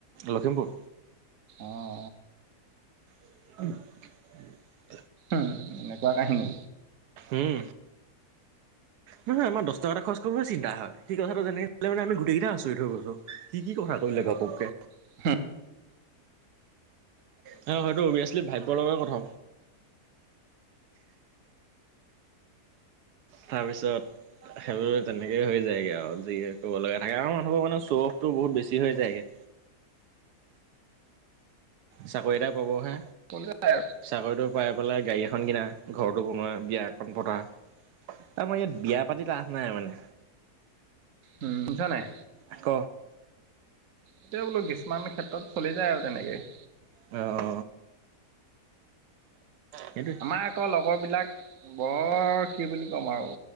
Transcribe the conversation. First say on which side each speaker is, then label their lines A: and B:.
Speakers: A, on the right; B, on the right.
A: লখিমপুৰ
B: অঁ।
A: <unintelligible>
B: উম এনেকুৱা কাহিনী।
A: উম নহ নহয় আমাৰ দহ টকা এটা খৰচ কৰিবলৈ চিন্তা হয়। সেই কথাটো যেনেক মানে আমি গোটেইকেইটা আছৰিত হৈ গৈছো সী কি
B: উম,
A: কথা কৰিলে ঘপকে।
B: <unintelligible>
A: হয় হয়েইটো অভিয়াচলি ভাবিব লগে কথা। তাৰপিছত। সেইবোৰ তেনেকেই হৈ যায়গে আৰু যিয়ে ক'ব লগা থাকে আৰু মানুহবোৰ মানে চখতো বহুত বেছি হৈ যায়গে। চাকৰি এটা পাবহে।
B: কলাই আৰু।
A: চাকৰিটো পাই পেলাই গাড়ী এখন কিনা ঘৰটো বনোৱা বিয়াখন পতা আমাৰ ইয়াত। বিয়া পাতি লাভ নাই মানে।
B: উম শুনিছ নাই?
A: আ ক।
B: এতিয়া বোলো কিছুমান ক্ষেত্ৰত চলি যায় আৰু তেনেকেই।
A: অঁ। সেইটোয়ে।
B: আমাৰ আকৌ লগৰবিলাক। বৰ কি বুলি ক'ম আৰু